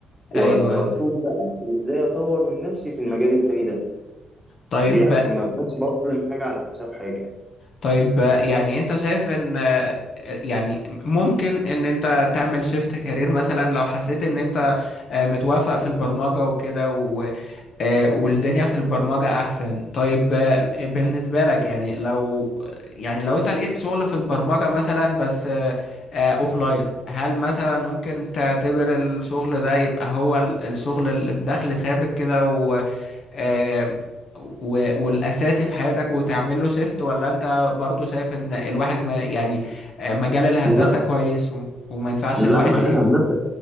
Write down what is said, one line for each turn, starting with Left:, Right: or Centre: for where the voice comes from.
Centre: و-
Left: ايوه
Centre: واشوف
Left: ايوه
Centre: بقى ازاي اطور من نفسي في المجال التاني ده
Left: طيب
Centre: ليه عشان ما ابقاش بظلم حاجه على حساب حاجه يعني
Left: طيب آه، يعني انت شايف ان آه، يعني ممكن ان انت تعمل شيفت كارير مثلا لو حسيت ان انت آه، متوافق في البرمجة وكده و- آه، والدنيا في البرمجة احسن طيب آه، بالنسبة لك يعني لو يعني لو انت لقيت شغل في البرمجة مثلا بس اوفلاين هل مثلا ممكن تعتبر الشغل ده يبقى هو ال- الشغل اللي بدخل ثابت كده آم، و- والاساسي في حياتك وتعمل له شيفت ولا انت برضو شايف ان الواحد ما يعني آه، مجال الهندسة
Centre: لا
Left: كويس و- وما ينفعش
Centre: لا
Left: الواحد
Centre: مجال
Left: يسيبه
Centre: الهندسة